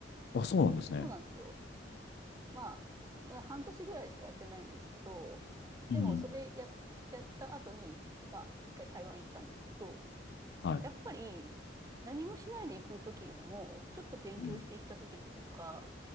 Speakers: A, on the left (about 60°); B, on the right (about 20°).
A: あ、そうなんですね。
B: そうなんですよ。まあ、まだ半年ぐらいしかやってないんですけど、
A: うん。
B: でもそれや、やった後に、まあ、一回台湾行ったんですけど、
A: はい。
B: やっぱり何もしないで行く時よりも、ちょっと勉強して行った時の方が、
A: うん。